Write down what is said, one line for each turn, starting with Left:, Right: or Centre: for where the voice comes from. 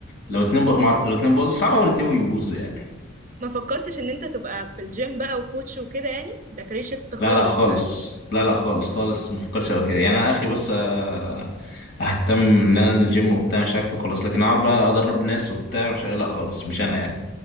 Left: لو اتنين بقى مع... لو اتنين باظوا صعب قوي الاتنين يبوظوا يعني
Right: ما فكرتش ان انت تبقى في الجيم بقى وكوتش وكده يعني ده كارير شيفت خالص
Left: لا لا خالص
Right: بقى
Left: لا لا خالص خالص ما بفكرش قوي كده يعني انا اخري بس آه، اهتم ان انا انزل جيم وبتاع مش عارف إيه خلاص لكن اقعد بقى ادرب ناس وبتاع مش لا خالص مش انا يعني